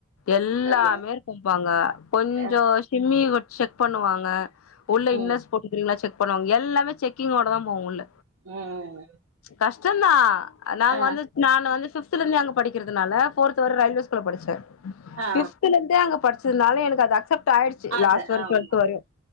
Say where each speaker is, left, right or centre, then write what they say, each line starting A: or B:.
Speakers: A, on the left (about 80°); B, on the right (about 75°).
A: எல்லாமே
B: ஐய
A: இருக்கும்ப்பா அங்க கொஞ்ச
B: அ
A: சிம்மி வச்சத் பண்ணுவாங்க உள்ள இன்னர்ஸ்
B: ம்
A: போட்ருக்கீங்களா செக் பண்ணுவாங்க எல்லாமே செக்கிங் ஓடதா போவும் உள்ள
B: ம்
A: கஷ்டந்தா நாங்க
B: ஆ
A: வந்து நானு வந்து ஃபிப்த் ல இருந்து அங்க படிக்கிறதுனால ஃபோர்த் வர ரயில்வேஸ் ஸ்கூல்ல படிச்சே
B: ஆ
A: ஃபிப்த்ல இருந்தே அங்க படிச்சதுனால எனக்கு அது அக்செப்ட் ஆயிடுச்சு
B: அது
A: லாஸ்ட் வரைக்கும்
B: ஆமா